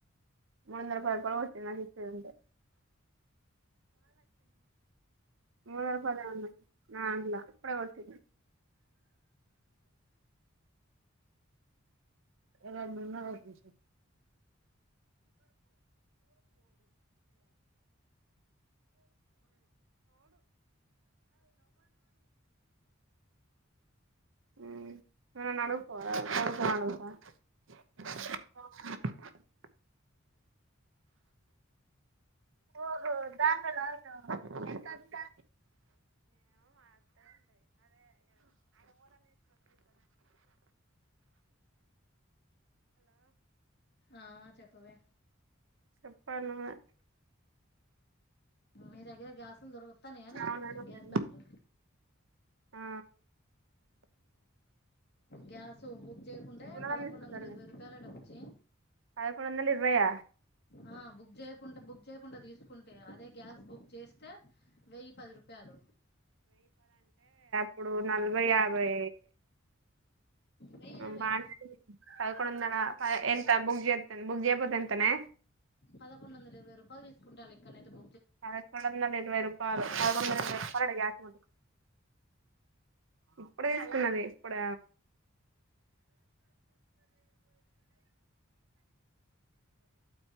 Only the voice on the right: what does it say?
మూడు వందల పది రూపాయలు వచ్చింది నాకు ఇచ్చేదుంటే మూడు వందల పదే ఉన్నాయి నా దంట్లో ఇప్పుడే వచ్చింది ఎలా ఉంటే ఉ నువ్ నన్ను అడుగుపో <unintelligible> ఓహో దాంట్లో లాగినవ ఎంతొచ్చా
చెప్పాలి నువ్వే
అవునా మా
ఫ్రెండ్
ఆ
కూలర్లు
తీసుకొద్దాం
పదకొండు వందల ఇరవై ఆ
ఇప్పుడు నలభై యాభై
బానే పద్కొండదల ఎంత బుగ్ చేతే బుగ్ చేయకపోతే ఎంతనే
పద్కొండదల ఇరవై రూపాలు పద్కొండదల ఇరవై రూపాయలు ఇప్పుడు తీసుకున్నది ఇప్పుడ